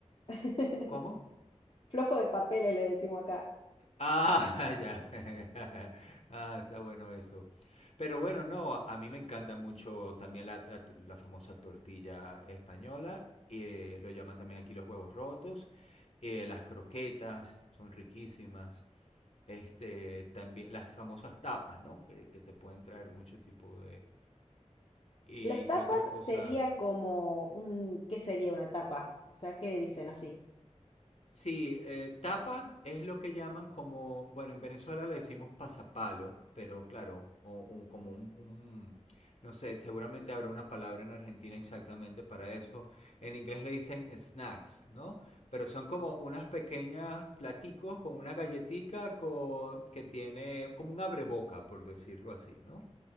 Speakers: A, on the left (about 50°); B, on the left (about 65°).
A: <laughs>
B: ¿Cómo?
A: Flojo de papeles le decimos acá.
B: Ah, <laughs> ya. <laughs> Ah, está bueno eso. Pero bueno, no, a a mí me encanta mucho también la, la- la famosa tortilla española. eh, lo llaman también aquí los huevos rotos. eh, las croquetas son riquísimas. Este, también las famosas tapas, ¿no? Que, que te pueden traer mucho tipo de... ¿Y
A: Las tapas
B: qué otra cosa?
A: sería como un, ¿qué sería una tapa? O sea, ¿qué le dicen así?
B: Sí, eh, tapa es lo que llaman como, bueno, en Venezuela le decimos pasapalo, pero claro, o un- como un, un- no sé, seguramente habrá una palabra en Argentina exactamente para eso. En inglés le dicen snacks, ¿no? Pero son como unas pequeñas platicos con una galletica co- que tiene como un abreboca, por decirlo así, ¿no?